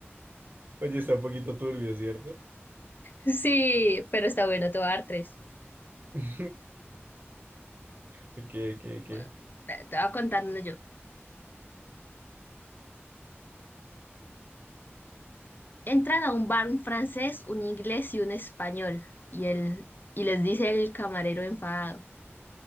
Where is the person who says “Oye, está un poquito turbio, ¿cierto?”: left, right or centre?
Right